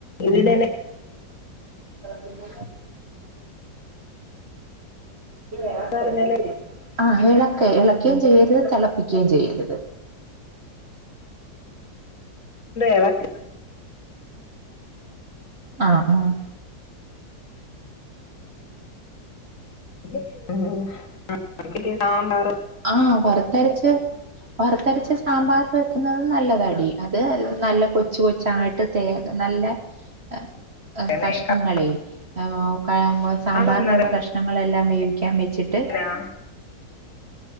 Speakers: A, on the left; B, on the right.
A: ഇതിനനെ-
B: <unintelligible> പിന്നെ എളക്കരുതില്ലിയോ
A: പറഞ്ഞാല്
B: ആഹ് എളക്ക് ഇളക്ക്യും ചെയ്യരുത് തെളപ്പിക്കുകയും ചെയ്യരുത്
A: എളക്ക്
B: ആഹ് ആഹ്
A: <unintelligible>
B: ആഹ് വറുത്തരച്ച് വറ്ത്തരച്ച് സാമ്പാറ് വെക്കുന്നത് നല്ലതാടി അത് നല്ല കൊച്ചു കൊച്ചായിട്ട്- തേ നല്ല -
A: പറയുന്നേക്കാം
B: കഷ്ണങ്ങളെ ആഹ് സാമ്പാറിനൊള്ള
A: അതന്നേരം
B: കഷ്ണ ങ്ങളെല്ലാം വേവിക്കാൻ വെച്ചിട്ട്
A: എങ്ങനെയാ